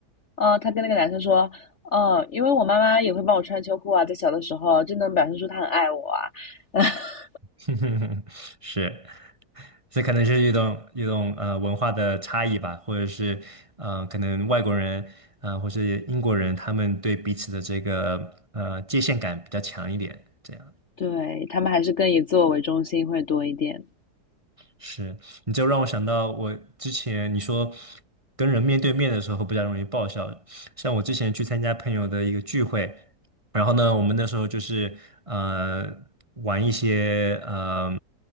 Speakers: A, on the left (about 45°); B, on the right (about 15°).
A: 呃，她跟那个男生说，嗯，因为我妈妈也会帮我穿秋裤啊，在小的时候，真能表现出她很爱我啊。<laughs>
B: <laughs> 是，这可能是一种一种呃文化的差异吧，或者是呃可能外国人呃或是英国人他们对彼此的这个呃界限感比较强一点，这样。
A: 对，他们还是更以自我为中心会多一点。
B: 是，你就让我想到我之前你说跟人面对面的时候比较容易爆笑，像我之前去参加朋友的一个聚会，然后呢，我们那时候就是呃玩一些呃